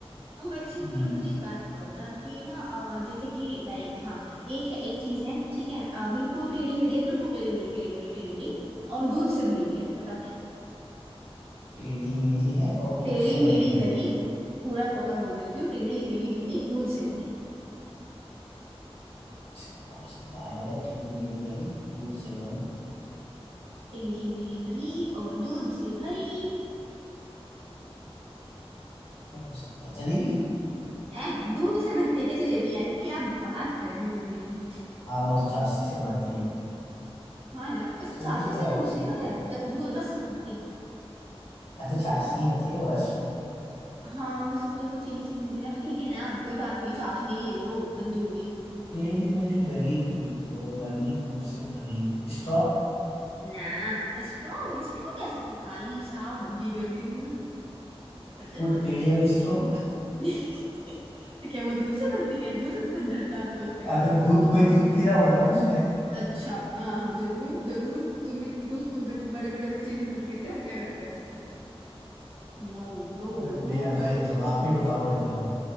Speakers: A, on the right (about 70°); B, on the left (about 75°).
A: अब अच्छा
B: हम्म,
A: चलो मुझे एक बात बताओ ना कि ना अ, जैसे कि लाइक हाँ एक है एक चीज है ठीक है अ, बिल्कुल टेढ़ी मेढ़ी है बिल्कुल टेढ़ी मेढ़ी टेढ़ी मेढ़ी टेढ़ी मेढ़ी और दूध से भरी हुई है बताओ क्या
B: टेढ़ी मेढ़ी है और
A: टेढ़ी
B: दूध से
A: मेढ़ी
B: बनी है
A: गली पूरा प्रॉपर बोल देती हूँ टेढ़ी मेढ़ी गली दूध से भरी
B: इसका क्या हो सकता है टेढ़ी मेढ़ी गली दूध से बनी
A: टेढ़ी मेढ़ी गली और दूध से भरी
B: क्या हो सकता है जलेबी
A: एह दूध से भरती है क्या जलेबी यार क्या बात कर दी तूने भी
B: हाँ वो तो चाशनी से बढ़ती है
A: हाँ यार इस
B: तो
A: चाशनी
B: फिर क्या
A: से नहीं
B: हो
A: भरती
B: सकता
A: पता है
B: है
A: द- वो रस से भरती
B: हाँ तो
A: सच
B: चाशनी
A: है, सच
B: होती है वो रस
A: हाँ वैसे तो वो चीनी से ही बनती है ना तो ठीक है ना कोई बात नहीं चाशनी ले लो हद हो गई
B: टेढ़ी मेढ़ी गली जू- वो नली दूध से भरी स्ट्रॉ
A: ना स्ट्रॉन्ग स्ट्रॉन्ग कैसे भाई साहब हद ही कर दी तुमने तो सच है
B: वो
A: सच
B: टेढ़ी
A: है
B: वाली स्ट्रॉ
A: <laughs> तो क्या वो दूध से भरती है दूध भर- डालते हो उसके अंदर
B: अगर
A: तो
B: दूध कोई दूध पी रहा होगा ना उसमें
A: अच्छा हाँ हाँ जरूर जरूर तुम इतने उसमें बड़े बड़े बच्चे तो दूध पीते हो और क्या करते हैं उससे नो नो
B: अरे नहीं
A: नो
B: आता ये
A: सोचो
B: तो आप ही बताओ करता हूँ